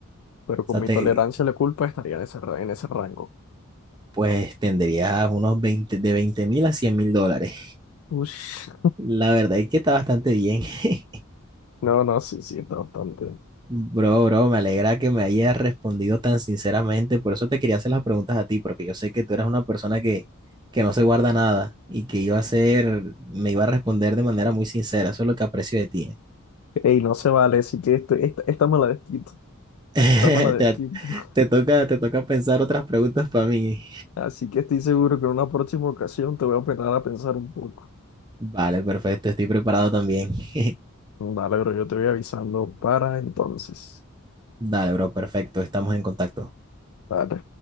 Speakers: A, on the left; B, on the right.
A: Pero con
B: O sea,
A: mi
B: te,
A: tolerancia a la culpa estaría en ese, ra- en ese rango.
B: pues tendrías unos veinte de veinte mil a cien mil dólares.
A: Ush.
B: La verdad es que está bastante bien. <laughs>
A: No, no, sí, sí, está bastante.
B: Bro, bro, me alegra que me hayas respondido tan sinceramente. Por eso te quería hacer las preguntas a ti, porque yo sé que tú eres una persona que, que no se guarda nada y que iba a ser, me iba a responder de manera muy sincera. Eso es lo que aprecio de ti.
A: Ey, no se vale, así que esto, esta, esta me la desquito.
B: <laughs>
A: Esta me la desquito.
B: Te,
A: <laughs>
B: te toca, te toca pensar otras preguntas para mí.
A: Así que estoy seguro que en una próxima ocasión te voy a operar a pensar un poco.
B: Vale, perfecto. Estoy preparado también. <laughs>
A: Dale, pero yo te voy avisando para entonces.
B: Dale, bro, perfecto. Estamos en contacto.
A: Dale.